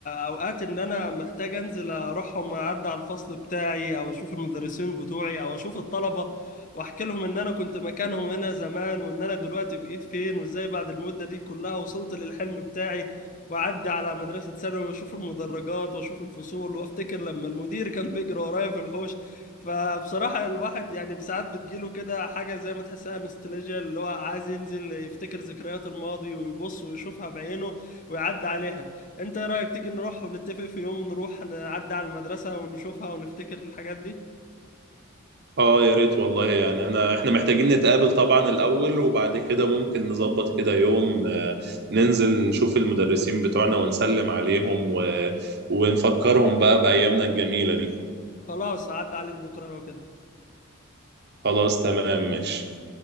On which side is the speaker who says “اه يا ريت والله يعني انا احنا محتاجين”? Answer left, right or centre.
Right